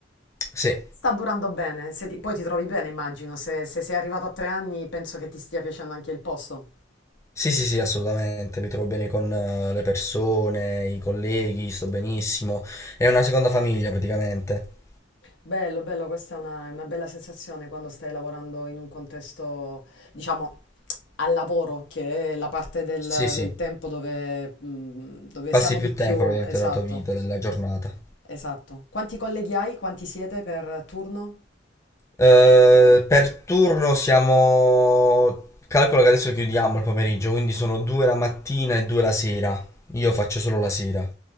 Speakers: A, on the left (about 15°); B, on the left (about 75°).
A: Sì.
B: Sta durando bene, se ti- poi ti trovi bene, immagino. Se, se sei arrivato a tre anni, penso che ti stia piacendo anche il posto.
A: Sì, sì, sì, assolutamente, mi trovo bene con eh, le persone, i colleghi, sto benissimo. È una seconda famiglia praticamente.
B: Bello, bello, questa è una, è una bella sensazione quando stai lavorando in un contesto, diciamo, al lavoro, che è la parte del,
A: Sì, sì,
B: del tempo dove, mm, dove
A: passi
B: siamo
A: più
B: di più.
A: tempo praticamente
B: Esatto,
A: della tua vita, della giornata.
B: esatto. Quanti colleghi hai? Quanti siete per turno?
A: Eh, per turno siamo... Calcolo che adesso chiudiamo il pomeriggio, quindi sono due la mattina e due la sera. Io faccio solo la sera.